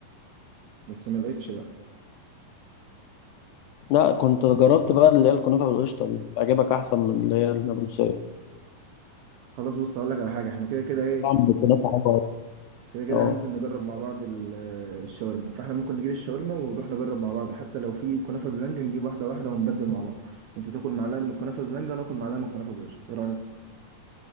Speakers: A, on the right; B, on the left.
A: بس ما لقيتش بقى
B: لا كنت جربت بقى اللي هي الكنافه بالقشطه دي تعجبك احسن من اللي هي النابلسيه
A: خلاص بص اقول لك على حاجه احنا كده كده ايه
B: طعم الكنافه حلو قوي
A: كده كده
B: اه
A: هننزل نجرب مع بعض ال- الشاورما فاحنا ممكن نجيب الشاورما ونروح نجرب مع بعض حتى لو في كنافة بالمانجا نجيب واحدة واحدة ونبدل مع بعض انت تاكل معلقة من الكنافة بالمانجا وناكل معلقة من الكنافة بالقشطة ايه رأيك